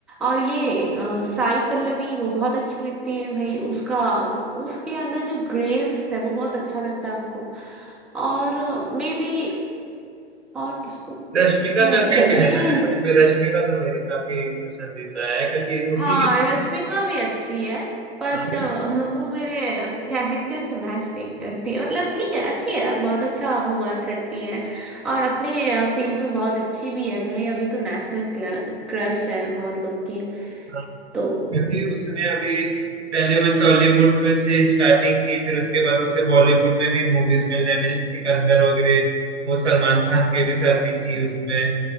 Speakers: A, in the centre; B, on the right.
A: और ये आ, साई पल्लवी वो बहुत अच्छी लगती है भाई उसका उसके अंदर जो ग्रेस है वो बहुत अच्छा लगता है हमको और मे बी और किसको
B: रश्मिका
A: नहीं
B: का क्या कहना
A: ये
B: है मुझे भी रश्मिका तो मेरी काफी पसंदीदा है क्योंकि
A: हाँ
B: उसी की
A: रश्मिका भी अच्छी है बट
B: हाँ,
A: वो मेरे कैरेक्टर से मैच नहीं करती है मतलब ठीक है अच्छी है बहुत अच्छा वो वर्क करती है और अपने फील्ड में बहुत अच्छी भी है भाई अभी तो नेशनल क्रश है बहुत लोग की
B: हाँ,
A: तो
B: क्योंकि उसने अभी पहले वो टॉलीवुड में से स्टार्टिंग की फिर उसके बाद उसे बॉलीवुड में भी मूवीज मिलने लगी जैसे सिकंदर वगैरह वो सलमान खान के भी साथ दिखी उसमें